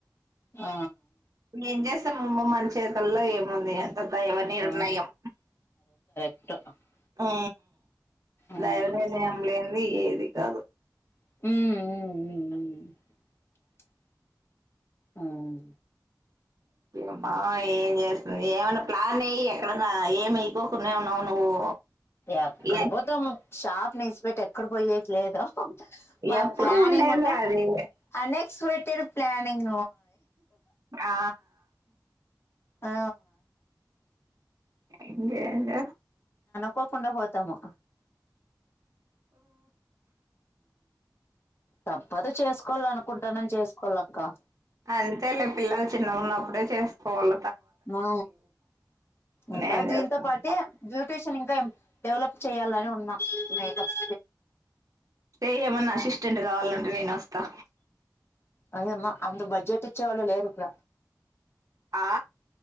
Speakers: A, on the left; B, on the right.
A: ఆ
B: మీరు ఏంచేస్ స్తం మన చేతుల్లో ఏముంది అని ంత దైవ
A: అబ్బా
B: నిర్ణయం
A: <inaudible>
B: ఆ
A: మ్మ్
B: దైవ నిర్ణయం లేంది. ఏది అది. కాదు
A: ఉమ్ ఉ అవును.
B: మ్మా ఏం చేస్తుంది. ఏమైన్నా ప్లాన్ ఏయ్యి ఎక్కడన్నా ఏమి వేయకుండానే ఉన్నావా నువ్వు.
A: ఎక్కడికి
B: ఏ
A: పోతాము. షాప్ ని విడిసిపెట్టి ఎక్కడ పోయేట్లేద మా
B: ఎప్పుడు
A: ప్లానింగ్
B: ఉండేది
A: ఉన్నా.
B: అది
A: ఆ నెక్స్ట్ వెట్ తిరు ప్లానింగ్
B: ఆ
A: ఆ
B: ఇంకా ఇంకా
A: కోకుండా పోతాము. తప్పదు చేసుకో కోవాలనుకుంటానం. చేసుకోవాల ఇంకా
B: అంతే లే పిల్లలు చిన్నగా ఉన్నప్పుడే చేసుకోవాలి.
A: ఆ ఇంకా
B: నేను చేస్తాను
A: దీంతో పాటే బ్యూటీషన్ ఇంకా. డెవలప్ చేయాలని ఉన్నా. మేకప్
B: చెయ్ ఏమన్నా అసిస్టెంట్ కావాలంటే నేను వస్తా.
A: ఓయమ్మా అంత బడ్జెట్ ఇచ్చేవాళ్లు లేరు. ఇక్కడ
B: ఆ